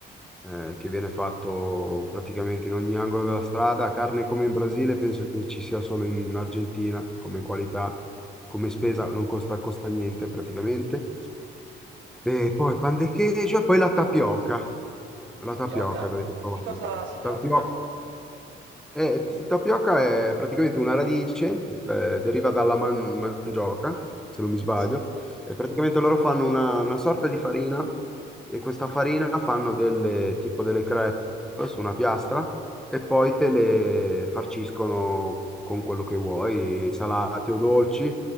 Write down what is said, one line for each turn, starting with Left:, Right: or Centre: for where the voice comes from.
Centre: eh, che viene fatto praticamente in ogni angolo della strada. Carne come in Brasile, penso che ci sia solo in Argentina come qualità, come spesa, non costa, costa niente praticamente. E poi pan de queijo e poi la tapioca.
Right: La
Centre: La
Right: tapioca,
Centre: tapioca dovete provare.
Right: di cosa si tratta?
Centre: Tapio- eh, t- tapioca è praticamente una radice, eh, deriva dalla man- mangioca, se non mi sbaglio,
Right: Sì.
Centre: e praticamente loro fanno una, una sorta di farina e questa farina fanno delle, tipo delle crepe su una piastra e poi te le farciscono con quello che vuoi, salate o dolci.